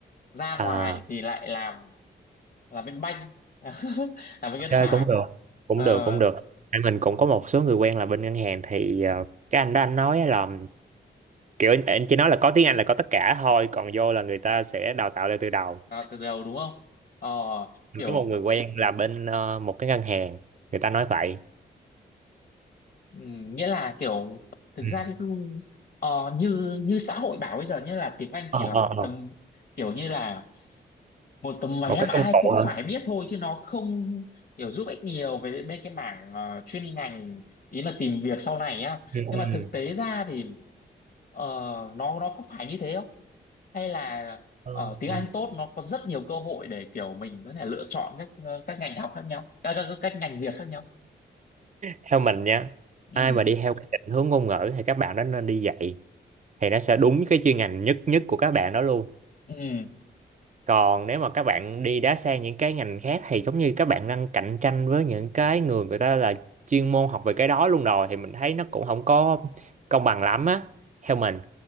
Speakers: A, on the left (about 55°); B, on the right (about 40°).
A: ra
B: à
A: ngoài thì lại làm làm bên banh <laughs> làm bên
B: ok
A: ngân hàng
B: cũng được cũng
A: ờ
B: được cũng được tại mình cũng có một số người quen là bên ngân hàng thì ờ, cái anh đó anh nói á là kiểu anh anh chỉ nói là có tiếng Anh là có tất cả thôi còn vô là người ta sẽ đào tạo lại từ đầu
A: là từ đầu đúng không ờ
B: mình
A: kiểu
B: có một người quen là bên ờ, một cái ngân hàng người ta nói vậy
A: Ừ, nghĩa là kiểu thực
B: Ừ.
A: ra cái cung- ờ, như như xã hội bảo bây giờ nghĩa là tiếng Anh
B: ờ
A: chỉ là
B: ờ
A: một cái
B: ờ.
A: tấm kiểu như là một tấm vé
B: một cái
A: mà
B: công
A: ai
B: cụ
A: cũng
B: hả
A: phải biết thôi chứ nó không kiểu giúp ích nhiều về bên cái mảng ờ, chuyên ngành ý là tìm việc sau này á
B: ừ. ừ.
A: nhưng mà thực tế ra thì ờ, nó nó có phải như thế không hay là
B: Ờ,
A: ờ, tiếng
B: ừ.
A: Anh tốt nó có rất nhiều cơ hội để kiểu mình có thể lựa chọn các ờ, các ngành học khác nhau à, các các, các ngành việc khác nhau
B: theo mình nha
A: ừ
B: ai mà đi theo cái định hướng ngôn ngữ thì các bạn đó nên đi dạy thì nó sẽ đúng cái chuyên ngành nhất nhất của các bạn đó luôn
A: ừ
B: còn nếu mà các bạn đi đá sang những cái ngành khác thì giống như các bạn đang cạnh tranh với những cái người người ta là chuyên môn học về cái đó luôn rồi thì mình thấy nó cũng không có công bằng lắm á theo mình